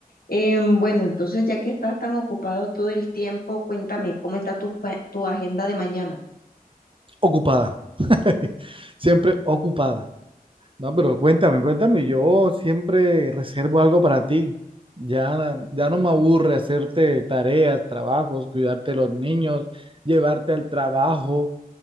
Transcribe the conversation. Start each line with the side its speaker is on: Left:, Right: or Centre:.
Left: Em, bueno, entonces ya que estás tan ocupado todo el tiempo, cuéntame, ¿cómo está tu, jue- tu agenda de mañana?
Right: Ocupada. <laughs> Siempre ocupada. No, pero cuéntame, cuéntame. Yo siempre reservo algo para ti. Ya, ya no me aburre hacerte tareas, trabajos, cuidarte de los niños, llevarte al trabajo.